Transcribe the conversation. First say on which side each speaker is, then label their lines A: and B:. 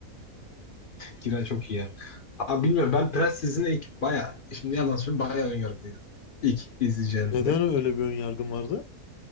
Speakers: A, on the left; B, on the left.
A: Kira çok iyi ya. Abi bilmiyorum ben Prens dizisine ilk baya şimdi yalan söyleyeyim bayağı önyargılıydım. İlk izleyeceğimde.
B: Neden öyle bir ön yargın vardı?